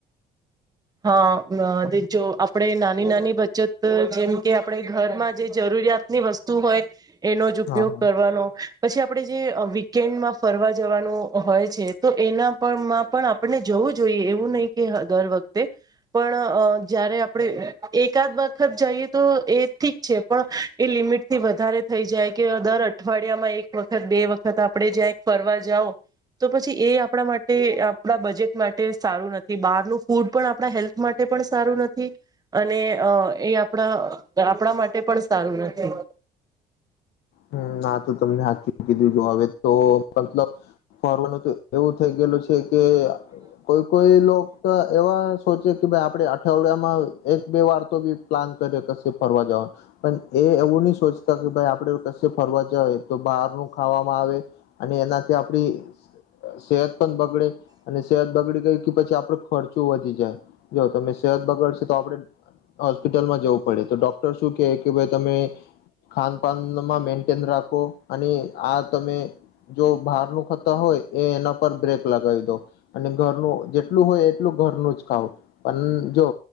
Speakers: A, on the right; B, on the left.
A: હા જો આપડે નાની નાની બચત જેમ કે આપડે ઘરમાં જે જરૂ રૂરિયાતની વસ્તુ હોય એનો જ ઉપયોગ
B: હા હા
A: કરવાનો પછી આપડે જે વીકેન્ડમાં ફરવા જવાનું હોય છે તો એનામાં પણ આપને જવ વું જોઈએ એવું નહી કે દર વખતે પણ જયારે આપડે એકાદ વખત જઈએ તો એ ઠીક છે પણ એ લી મિટથી વધારે થઈ જાય કે દર અઠવાડિયામાં એક વખત બે વખત આપડે જ્યાં ફરવા જાવ તો પછી એ આપડા માટે આપડા બજેટ માટે સારું નથી બહારનું ફૂડ પણ આપડા હેલ્થ માટે પણ સારું નથી અને એ આપડા આપડા માટે પણ સારું નથી.
B: હમ્મ ના તો તમને હાચૂ જ કીધું જો હવે તો મતલબ ફરવાનું તો એવું થઈ ગયેલું છે કે કોઈ કોઈ લોક તો એવા સોચે કે ભાઈ આપડે અઠવાડિયામાં માં એક બે વાર તો બી પ્લાન કરીયે કસે ફરવા જવાનું પણ એ એવું નહી સોચતા કે ભાઈ આપણે કસે ફરવા જાય તો બહારનું ખાવામાં આવે અને એનાથી આપડી સેહત પણ બગડે અને સેહત બગડી ગય કે પછી આપ ડો ખર્ચો વધી જાય જો તમે સેહત બગડ સે તો આપડે હોસ્પિટલમાં જવું પડે તો ડોક્ટર શું કે કે ભાઈ તમે ખાનપાનનું માં મેઈનટેન રાખો અને આ તમે જો બહાર નું ખાતા હોય એ એના પર બ્રેક લગાવી દો અને ઘરનું જેટલું હોય એટલું ઘરનું જ ખાવ પણ જો